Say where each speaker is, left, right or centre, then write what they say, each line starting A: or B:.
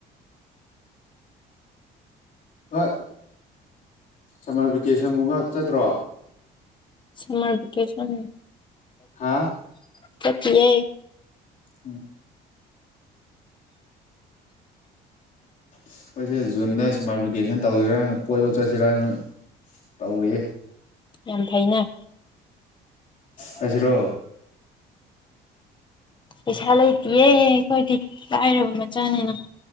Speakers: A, on the left; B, on the left.
A: ꯑ ꯁꯝꯃꯔ ꯚꯦꯀꯦꯁꯟꯒꯨꯝꯕ ꯆꯠꯇ꯭ꯔꯣ
B: ꯁꯥꯃ꯭ꯔꯕꯦꯀꯦꯁꯟ
A: ꯍꯥ
B: ꯆꯠꯇꯤꯌꯦ
A: ꯎꯝ ꯑꯩꯈꯣꯏꯁꯦ ꯖꯨꯟꯗ ꯏꯁꯃꯥꯇꯐꯤꯀꯦꯁꯟ ꯇꯧꯁꯤꯔꯥꯅ ꯀꯣꯏꯕ ꯆꯠꯁꯤꯔꯅ ꯇꯧꯔꯤ
B: ꯌꯥꯝ ꯐꯩꯅꯦ
A: ꯆꯠꯁꯤꯔꯣ
B: ꯄꯩꯁꯥ ꯂꯩꯇꯤꯌꯦ ꯑꯩꯈꯣꯏꯗꯤ ꯂꯥꯏꯔꯕ ꯃꯆꯥꯅꯤꯅ